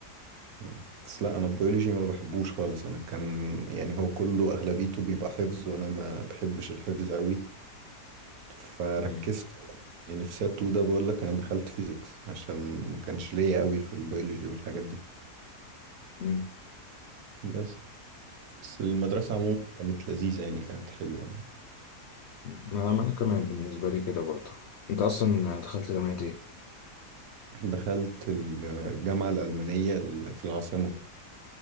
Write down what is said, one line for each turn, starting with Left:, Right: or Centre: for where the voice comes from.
Right: مم. بس لا انا البيولوجي ما بحبوش خالص انا كان يعني هو كله اغلبيته بيبقى حفظ وانا ما بحبش الحفظ قوي فركزت
Left: مم.
Right: يعني في سات 2 ده بقول لك انا دخلت فيزيكس عشان ما كانش ليا قوي في البيولوجي والحاجات دي
Left: مم.
Right: بس بس المدرسة عموما كانت لذيذة يعني كانت حلوة يعني
Left: ما ما انا كمان بالنسبه لي كده برضه انت اصلا دخلت جامعه ايه
Right: دخلت الجامعة الألمانية ال- في العاصمة